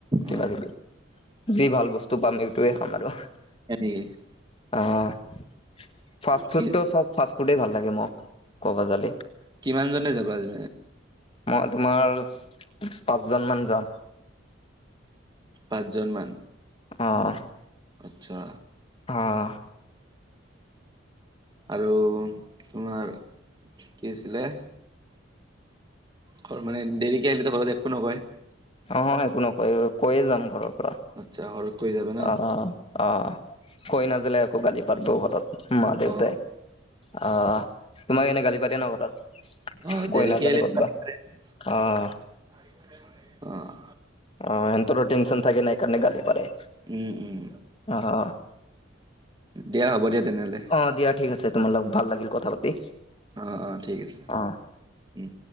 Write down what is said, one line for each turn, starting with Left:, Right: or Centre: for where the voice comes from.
Right: অ
Left: কিবা কিবি, যি ভাল বস্তু। টো পাম, এইটোয়ে খাম আৰু।
Right: <unintelligible>
Left: অ' হয়। ফাষ্ট ফুডটো,
Right: কি
Left: চব ফাষ্ট ফুডেই ভাল লাগে মোক ক'ব যালে।
Right: কিমান জনে যাব আজি?
Left: মই তোমাৰ, পাঁচজনমান যাম।
Right: পাঁচজনমান?
Left: অঁ।
Right: আচ্ছা।
Left: অঁ।
Right: আৰু তোমাৰ কি আছিলে? ঘৰ মানে, দেৰিকে আহিলেটো ঘৰত একো নকয়।
Left: অ', অ', একো নকয়, কৈয়ে যাম ঘৰৰ পৰা।
Right: আচ্ছা ঘৰত কৈ যাব ন'?
Left: অ', অ', কৈ নাজালে আকৌ গালি পাৰিব ঘৰত। মা দেউতাই,
Right: অ
Left: আহ তোমাক এনে গালি পাৰে নে ঘৰত?
Right: অ',
Left: কৈ
Right: দেৰিকে
Left: নাযালে
Right: আহিলে
Left: ক'তবা
Right: <unintelligible>
Left: অ',
Right: অ'।
Left: অ', সিহঁতৰো টেনশ্যন থাকে না সেই কাৰণে গাালি পাৰে।
Right: উম, উম,
Left: অ',
Right: দিয়া হ'ব দিয়া তেনেহ'লে।
Left: অ', দিয়া ঠিক আছে তোমালোক, ভাল লাগিল কথা পাতি।
Right: অ', অ', ঠিক আছে,
Left: অ'।
Right: উম।